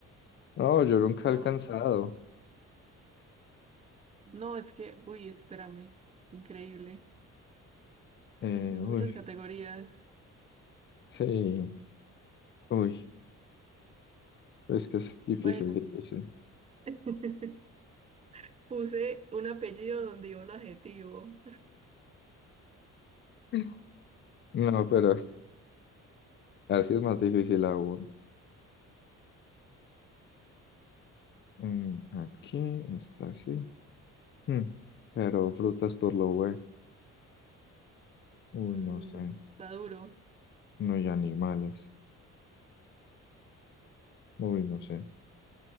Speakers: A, on the left; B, on the right.
A: No, yo nunca
B: No.
A: he alcanzado.
B: No, es que, uy, espérame, increíble.
A: Eh,
B: Son
A: uy,
B: muchas categorías.
A: sí, uy, es que es difícil,
B: Bueno,
A: difícil.
B: <laughs> puse un apellido donde iba un adjetivo.
A: <laughs> No, pero así es más difícil aún. Mm, aquí está así. Mm, pero frutas por lo güey. Uy,
B: Mm,
A: no sé.
B: está duro.
A: No, y animales. Uy, no sé.